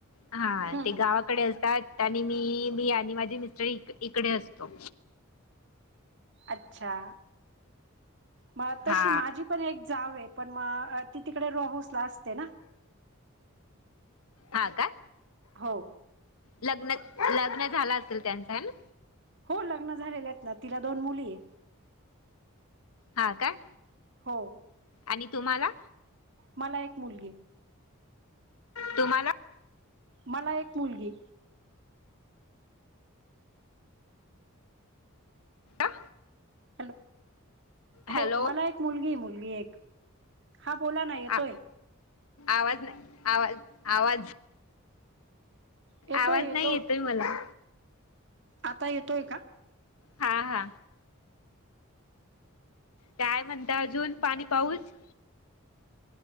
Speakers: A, on the left; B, on the right.
A: हा ते
B: हम्म
A: गावाकडे असतात... आणि मी... मी आणि माझी मिस्टर इकडे असतो
B: अच्छा मग
A: हा
B: तशी.. माझी पण एक जाव ए... पण.. अ.. ती तिकडे रोहाऊसला असते ना
A: हा का?
B: हो.
A: लग्न.. लग्न झालं असेल त्याचं.. है ना?
B: हो... लग्न झालेलं हेत ना... तिला दोन मुली ए
A: हा काय?
B: हो
A: आणि तुम्हाला?
B: मला एक मुलगी.
A: तुम्हाला
B: मला एक मुलगी.
A: अता
B: हॅलो
A: हॅलो
B: हो मला एक मुलगी मुलगी एक हा बोला नाही येतोय.
A: आ आवाज आवाज आवाज.
B: येतोय
A: आवाज
B: येतो
A: नाही येतोय मला.
B: आता येतोय का?
A: हा हा. काय म्हणता अजून पाणी पाऊस?